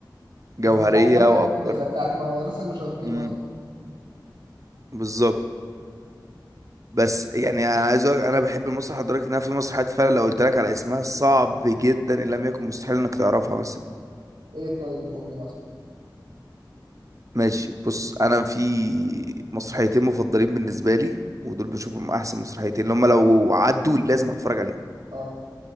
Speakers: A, on the right; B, on the right.
A: جوهريه
B: زي بتاع زمان
A: وافكار
B: كده زي بتاعت مدرسه المشاغبين
A: امم
B: مثلا
A: بالظبط بس يعني انا عايز اقول انا بحب المسرح لدرجه انها في مسرحيات فعلا لو قلت لك على اسمها صعب جدا ان لم يكن مستحيل انك تعرفها مثلا
B: ايه طيب قول لي مثلا
A: ماشي بص انا في مسرحيتين مفضلين بالنسبه لي ودول بشوفهم احسن مسرحيتين اللي هم لو عدوا لازم اتفرج عليهم
B: اه